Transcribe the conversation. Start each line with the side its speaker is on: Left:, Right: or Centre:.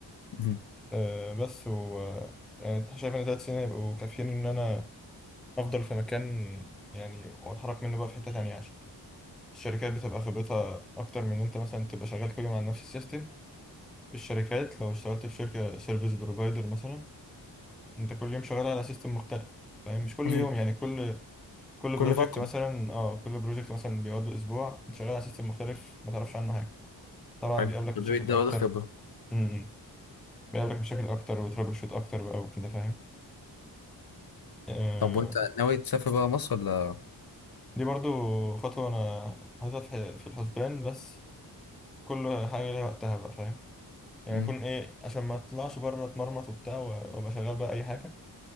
Left: مهم.
Centre: آه بس و آه، يعني شايف ان ثلاث سنين يبقوا كافيين ان انا افضل في مكان يعني واتحرك منه بقى في حتة تانية عشان الشركات بتبقى خبرتها اكتر من إن انت مثلا تبقى شغال كل يوم على نفس السيستم الشركات لو اشتغلت في شركة سيرفيس بروفايدر مثلا انت كل يوم شغال على سيستم مختلف فاهم مش كل
Left: مم.
Centre: يوم يعني كل كل
Left: كل
Centre: بروجكت
Left: فترة
Centre: مثلا اه كل بروجكت مثلا بيقعد له اسبوع انت شغال على سيستم مختلف ما تعرفش عنه حاجة طبعا
Left: حلو
Centre: بيقابلك مشاكل
Left: ناوي تزود
Centre: اكتر
Left: خبرة
Centre: امم بيقابلك مشاكل اكتر وترابل شوت اكتر بقى وكده فاهم آه
Left: طب وانت ناوي تسافر بقى مصر ولا
Centre: دي برضو خطوة انا حاططها في في الحسبان بس كل حاجة ليها وقتها بقى فاهم يعني
Left: مم.
Centre: يكون ايه عشان ما اطلعش بره اتمرمط وبتاع و- وابقى شغال بقى اي حاجة